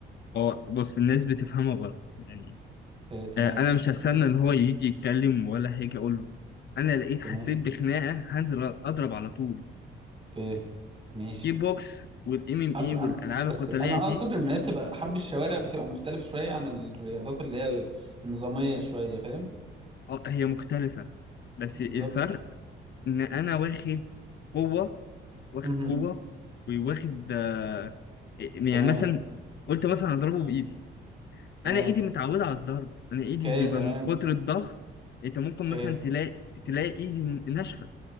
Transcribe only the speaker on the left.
هو بص الناس بتفهمها غلط يعني
آه، انا مش هستنى ان هو يجي يتكلم ولا حاجه اقول له انا لقيت
حسيت بخناقه هنزل اضرب على طول
كيك بوكس والام ام
اي والالعاب
القتاليه
دي
آه، هي مختلفه بس
الفرق ان انا واخد قوه واخد
قوه وواخد آه، يعني
مثلا قلت مثلا اضربه بايدي
انا ايدي متعوده على الضرب انا ايدي
بيبقى
من كتر الضغط انت ممكن
مثلا
تلاقي تلاقي ايدي ناشفه